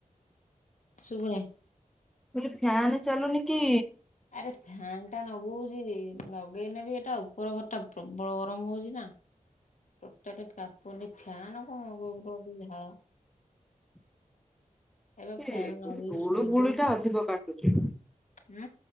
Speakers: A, on the left (about 60°); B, in the centre.
A: ଶୁଭୁନି
B: ମୁଁ କହିଲି ଫ୍ୟାନ୍ ଚାଲୁନି କି?
A: ଆରେ ଫ୍ୟାନ୍ ଟା ନଗଉଛି ନଗେଇନେବି ଏଟା ଉପର ଘରଟା ପ୍ରବଳ ଗରମ ହଉଛି ନା। ଟୋଟାଲେ କାପୁନି ପ୍ୟାନ୍ କଣ ଗ ଗଉ ଗୁ ଝାଳ ଏଇବା
B: ସେ
A: ଫ୍ୟାନ୍ ଲଗେଇକି
B: ଗୁଳୁ
A: ଶୋଇଥିଲି
B: ଗୁଳି ଟା ଅଧିକ କାଟୁଛି।